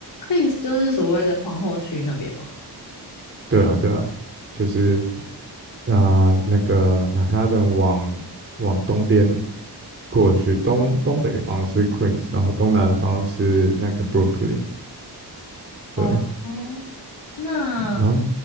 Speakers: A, on the left; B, on the right.
A: Queens 就是所谓的皇后区那边吗？
B: 对啊，对啊，就是啊、呃那个曼哈顿往往东边，过去，东东北方是 Queens，然后东南方是那个 Brooklyn，
A: 哦，
B: 对，
A: 哦那
B: 然后